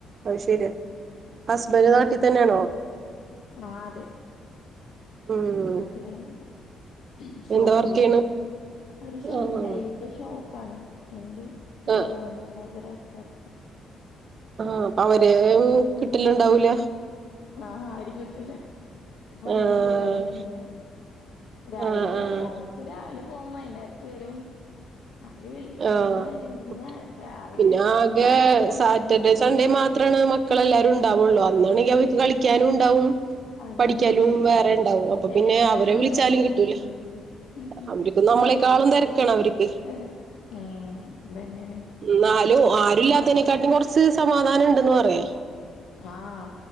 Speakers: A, on the right (about 50°); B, on the left (about 70°).
A: അഹ് ശരിയാ. ഹസ്ബൻഡ് നാട്ടി തന്നെണോ?
B: ആഹ് തെ
A: ഉം
B: നാട്ടില്ള്ള ആളാ. ഷോപ്പിലെ
A: എന്താ വർക്ക് ചെയ്യണ്
B: ഒരു ഷോ
A: ആഹ്
B: ടൈലിന്റെ ഷോപ്പാണ്. അയിന്റെ ഗോഡൗൺ
A: ആഹ്
B: മാനേജറായിറ്റ് വർക്ക് ചെയ്യാ.
A: ആഹ് അവരേ കിട്ട്ല്ണ്ടാവൂല.
B: ആഹ് അഹ് ആരിം കിട്ടൂല. വന്ന്
A: ആഹ്
B: പോവന്നെചെയ്യ് നെ. രാവിലെ
A: ആഹ്
B: വേ
A: ആഹ്
B: രാവിലെ പോവും. വൈന്നേരത് വരും. ആരും ഇൽ ഈ
A: ആഹ്
B: പറഞ്ഞ മാതിരി പിന്നെ
A: കുട്ടി.
B: രാവിലെ
A: പിന്നെ ആകെ
B: പകല് ഞങ്ങളന്നെ
A: സാറ്റർഡേ
B: ഇണ്ടാവുള്ളൂ.
A: സൺഡേ മാത്രണ് നമ്മ മക്കളെല്ലാരും ഉണ്ടാവുള്ളൂ. അന്നാണെങ്കിൽഅവക്ക്
B: ആഹ്
A: കളിക്കാനും ണ്ടാവും
B: അതന്നെയാണ്.
A: പഠിക്കാനും വേറെ ണ്ടാവും. അപ്പൊ പിന്നെ
B: എഴുതാനും
A: അവരെ വിളിച്ചാലും
B: ഉണ്ടാവും.
A: കിട്ടൂല.
B: ഉം
A: അവര്ക്ക് നമ്മളെക്കാളും തെരക്കാണ് അവര്ക്ക്.
B: തെരക്ക. ഉം അതന്നെണ്.
A: ന്നാലും ആരുല്ലാത്തനെക്കാട്ടി കൊറച്ച് സമാധാനം ണ്ടന്ന് പറയാ.
B: ആഹ്.